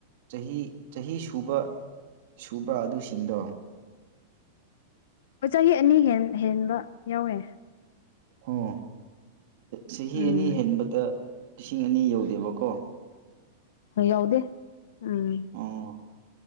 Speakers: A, on the right; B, on the left.
A: ꯆꯍꯤ ꯆꯍꯤ ꯁꯨꯕ ꯁꯨꯕ꯭ꯔꯥ ꯑꯗꯨꯁꯤꯡꯗꯣ
B: ꯑꯣ ꯆꯍꯤ ꯑꯅꯤ ꯍꯦꯟꯕ ꯌꯥꯎꯋꯦ
A: ꯑꯣ ꯆꯍꯤ
B: ꯎꯝ
A: ꯑꯅꯤ ꯍꯦꯟꯕꯗ ꯂꯤꯁꯤꯡ ꯑꯅꯤ ꯌꯧꯗꯦꯕꯀꯣ
B: ꯌꯥꯎꯗꯦ ꯎꯝ
A: ꯑꯣ